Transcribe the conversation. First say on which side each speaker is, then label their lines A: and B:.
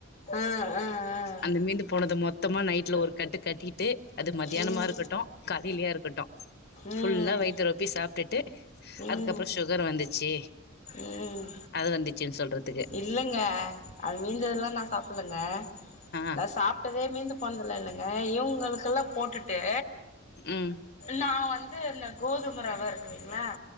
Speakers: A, on the left; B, on the left.
A: ஆ ஆ ஆ
B: அந்த மீந்து போனத மொத்தமா நைட்ல ஒரு கட்டு கட்டிட்டு அது மத்தியானமா
A: ம்
B: இருக்கட்டு காலைலியா இருக்கட்டு
A: ம்
B: ஃபுல்லா
A: ம்
B: வைத்த ரொப்பிட் தப்பி சாப்ட்டுட்டு
A: ம்
B: அதுக்கப்ற சுகர் வந்துச்சு
A: ம்
B: அது வந்துச்சுன்னு சொல்றது
A: இல்லங்க அது மீந்ததெல்லா நா சாப்லங்க
B: ஆ
A: நா சாப்ட்டதே மீந்து இல்லங்க இவுங்களுக்கல்லா போட்டுட்டு
B: ம்
A: நா வந்து இந்த கோதும ரவ இருக்குங்ள